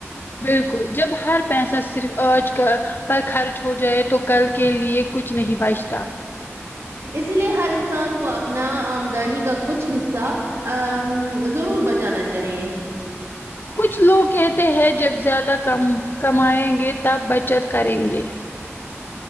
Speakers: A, on the left; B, on the right.
A: بالکل جب ہر پیسہ صرف آج کا پر خرچ ہو جائے تو کل کے لیے کچھ نہیں بجتا
B: اسی لیے ہر انسان کو اپنا آمدنی کا کچھ حصہ ا ضرور بچانا چاہیے
A: کچھ لوگ کہتے ہیں جب زیادہ کم کمائیں گے تب بچت کریں گے